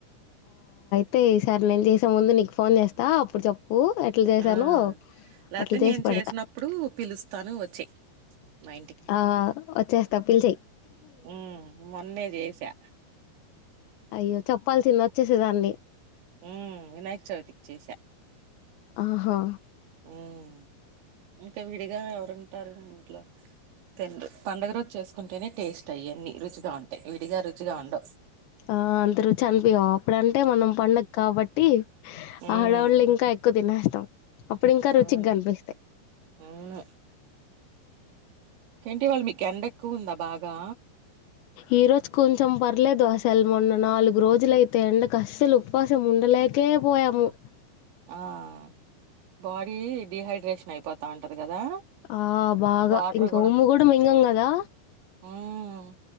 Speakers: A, on the left; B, on the right.
A: తే ఈ సారి నేను చేసే ముందు నీకు ఫోన్ చేస్తా అప్పుడు చెప్పు. ఉ ఎట్లా చేసానో
B: ఆ లేకపోతే
A: అట్లా చేసి
B: నేను
A: పెడతా
B: చేసినప్పుడు పిలుస్తాను వచ్చేయి మా
A: ఆ వచ్చేస్తా పిలిచేయ్
B: మ్మ్ మొన్నే జెసా
A: అయ్యో చెప్పాల్సింది వచ్చేసేదాన్ని
B: మ్మ్ వినాయక చవితికి చేసా
A: ఆహా
B: మ్మ్ ఇంక విడిగా ఎవరుంటారు ఇంట్లో తిడ్రు పండుగ రోజు చేసుకుంటేనే టేస్ట్ అయన్ని రుచిగా ఉంటాయ్ విడిగా రుచిగా ఉండవ్.
A: ఆహ్ అందరు చన్ బోయావ్ ఇప్పుడంటే మనం పండక్ కాబట్టి
B: ఉమ్
A: ఆడవాళ్ళు ఇంకా ఎక్కువ తినే అప్పుడు ఇంకా రుచిగ్
B: అవును
A: గనిపిస్తాయ్
B: అవును ఏంటి ఇవాల మీకు ఎండ ఎక్కువ ఉందా బాగా
A: ఈరోజు కొంచెం పర్లేదు అసల్ మొన్న నాలుగు రోజులైతే ఎండకు అస్సలు ఉపవాసం ఉండలేకే పోయాము.
B: ఆహ్ బాడీ డిహైడ్రేషన్ అయిపోతా ఉంటది. కదా
A: ఆహ్ బాగా
B: వాటర్
A: ఇంక ఉమ్ము గూడా మింగం కదా
B: మ్మ్